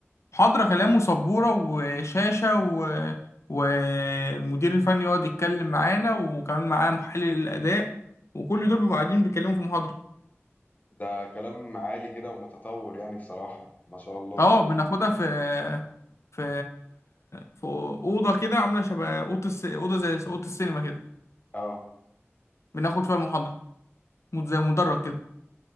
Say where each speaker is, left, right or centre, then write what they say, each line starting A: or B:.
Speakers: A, on the left; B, on the left.
A: محاضرة كلام وسبورة وشاشة و... والمدير الفني يقعد يتكلم معانا وكمان معاه محلل الأداء وكل دول بيبقوا قاعدين بيتكلموا في محاضرة
B: ده كلام عالي كده ومتطور يعني بصراحه ما شاء الله
A: اه بناخدها في في في أوضة كده عاملة شبه أوضة الس... أوضة زي أوضة السينما كده
B: اه
A: بناخد فيها المحاضرة مد- زي مدرج كده